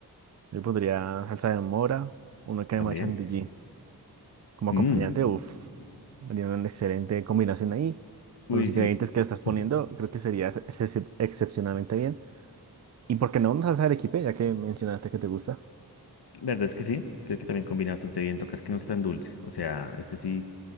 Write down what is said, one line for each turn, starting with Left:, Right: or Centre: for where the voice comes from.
Right: yo podría salsa de mora, una crema
Left: ¿También?
Right: chantilly como acompañante,
Left: Mm,
Right: uf Haría una excelente combinación ahí. Con
Left: Uy,
Right: los ingredientes
Left: sí.
Right: que le estás poniendo,
Left: <laughs>
Right: creo que sería ex- ex- excepcionalmente bien. Y por qué no una salsa de arequipe, ya que mencionaste que te gusta.
Left: La verdad es que sí, creo que también combina bastante bien, tocas que no sea tan dulce, o sea, este sí